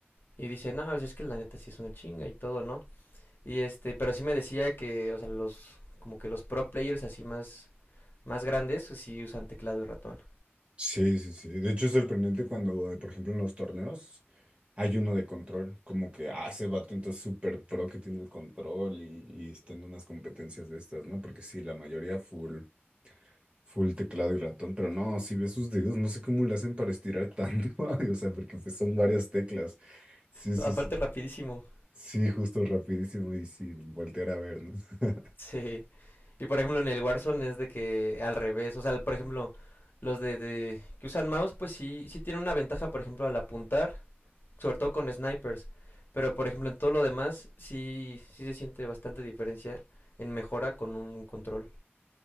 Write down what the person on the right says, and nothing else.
Sí, sí, sí. De hecho es sorprendente cuando, eh, por ejemplo, en los torneos. Hay uno de control, como que, ah, ese vato entonces súper pro que tiene el control y, y está en unas competencias de estas, ¿no? Porque sí, la mayoría full, full teclado y ratón, pero no, si ves sus dedos, no sé cómo le hacen para estirar tanto, <laughs> ay, o sea, porque pues, son varias teclas. Sí,
sí, sí,
sí, justo rapidísimo y sin voltear a ver, ¿no? <laughs>